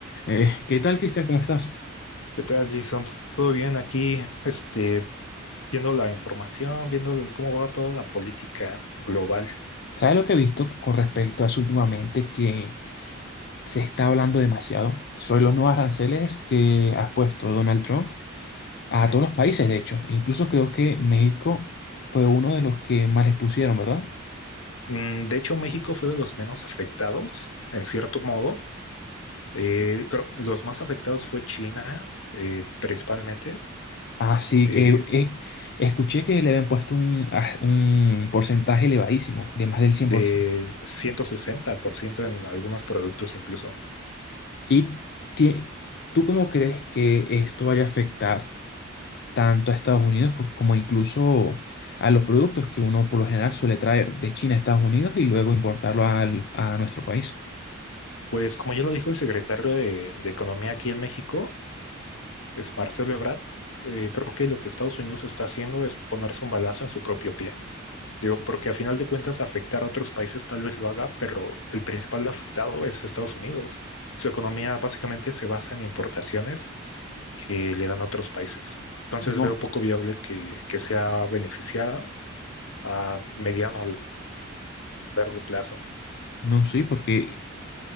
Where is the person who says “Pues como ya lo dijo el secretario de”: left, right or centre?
Left